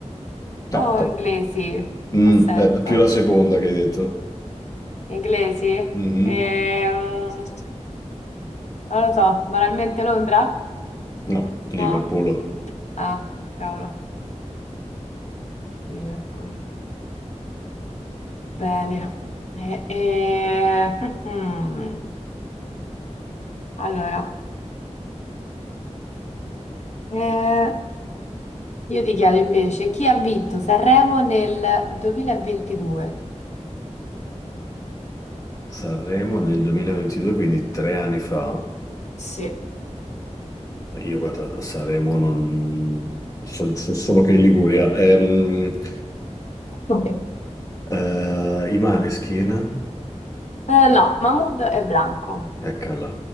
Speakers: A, on the left (about 30°); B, on the left (about 70°).
A: Eh,
B: o
A: però-
B: inglesi.
A: Mm,
B: Aspetta.
A: eh, più la seconda che hai detto.
B: Inglesi?
A: Mhm.
B: Ehm, non lo so, banalmente Londra?
A: no, Liverpool.
B: No? Ah, cavolo, Liverpool. Bene. E- e- <laughs> Allora, eh, io ti chiedo invece chi ha vinto Sanremo nel 2022?
A: Sanremo nel 2022, quindi tre anni fa.
B: Sì.
A: Io guarda, Sanremo non... so, so solo che in Liguria. Ehm,
B: Ok.
A: eh, i Maneskin?
B: Eh, no, Mahmood e Blanco.
A: Eccola,